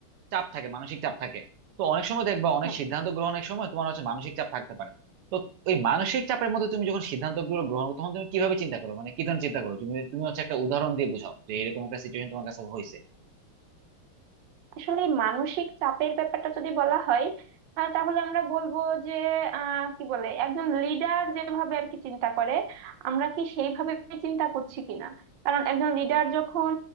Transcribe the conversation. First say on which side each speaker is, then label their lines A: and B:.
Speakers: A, on the right; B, on the right.
A: চাপ থাকে মানসিক চাপ থাকে তো অনেক সময় দেখবা অনেক
B: হ্যাঁ
A: সিদ্ধান্ত গ্রহণের সময় তোমার হচ্ছে মানসিক চাপ থাকতে পারে তো ওই মানসিক চাপের মধ্যে তুমি যখন সিদ্ধান্ত গুলো গ্রহণ করো তখন তুমি কিভাবে চিন্তা করো মানে কি ধরনের চিন্তা করো তুমি তুমি হচ্ছে একটা উদাহরণ দিয়ে বোঝাও যে এরকম একটা সিচুয়েশন তোমার কাছে হয়েছে
B: আসলে এই মানসিক চাপের ব্যাপারটা যদি বলা হয় আহ, তাহলে আমরা বলবো যে আহ কি বলে একজন লিডার যেভাবে আর কি চিন্তা করে আমরা কি সেইভাবে চিন্তা করছি কিনা কারণ একজন লিডার যখন